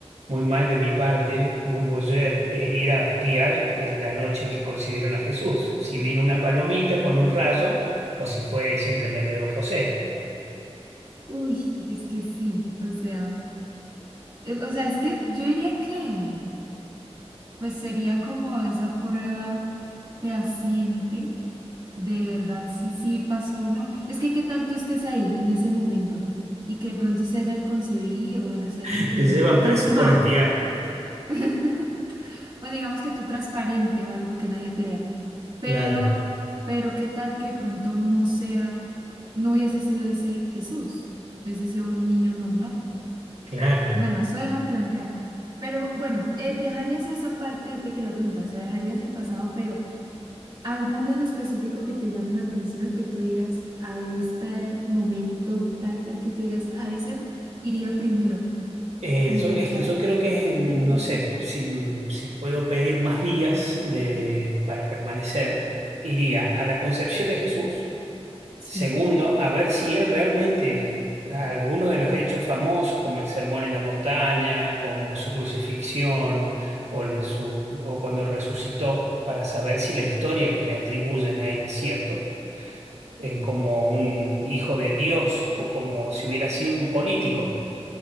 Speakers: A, on the right; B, on the right.
A: muy mal de mi parte, muy boyer, eh, ir a espiar eh, la noche en que concibieron a Jesús. Si vino una palomita con un rayo o si fue simplemente don José.
B: uy, es que sí, o sea, eh, o sea, es que yo diría que pues sería como esa prueba fehaciente De verdad, sí, sí pasó o no. Es que qué tal tú estés ahí en ese momento y que de pronto se hayan concebido, bueno, se
A: <laughs>
B: hayan tenido,
A: Te llevan
B: consumado.
A: presos por espiar.
B: <laughs> O digamos que tú transparente o algo que nadie te vea. Pero,
A: Claro,
B: pero qué tal que de pronto no sea, no hubiese sido ese Jesús, hubiese sido un niño normal.
A: claro.
B: Bueno, eso deja plantear. Pero bueno, eh, dejarías esa parte, te quería preguntar, o sea, dejarías el pasado, pero ¿Alguno en específico que te llame la atención, que tú digas a este momento tal, tal, que tú digas a ese iría primero,
A: Eh,
B: como
A: yo-
B: para
A: es
B: saber?
A: que yo creo que, mm,
B: <clears throat>
A: no sé, si, mm, si puedo pedir más días de, para permanecer, iría a la Concepción de Jesús.
B: Sí.
A: Segundo, a ver si él realmente, alguno de los hechos famosos, como el sermón en la montaña, como su crucifixión, o, el- su, o cuando resucitó, para saber si la historia que le atribuyen a él es cierto, eh, como un hijo de Dios o como si hubiera sido un político